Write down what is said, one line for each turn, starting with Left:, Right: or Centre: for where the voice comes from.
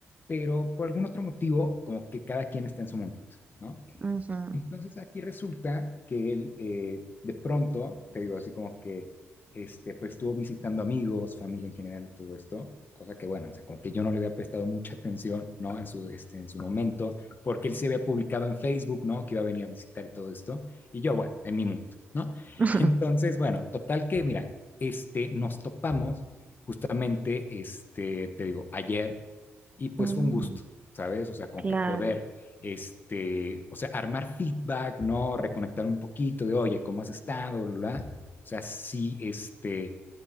Left: pero por algún otro motivo, como que cada quien está en su mundito, ¿no?
Right: ujú,
Left: Entonces aquí resulta que él eh, de pronto, te digo así como que, este, pues estuvo visitando amigos, familia en general y todo esto, cosa que bueno, o sea, como que yo no le había prestado mucha atención, ¿no? En su, este, en su momento, porque él se había publicado en Facebook, ¿no? Que iba a venir a visitar y todo esto, y yo, bueno, en mi mundo, ¿no? <laughs>
Right: <laughs> ujú.
Left: Entonces, bueno, total que, mira, este, nos topamos justamente, este, te digo, ayer y pues
Right: mm,
Left: fue un gusto, ¿sabes? O sea, con
Right: Claro.
Left: que poder, este, o sea, armar feedback, ¿no? Reconectar un poquito de, oye, ¿cómo has estado? Bla, O sea, sí, este,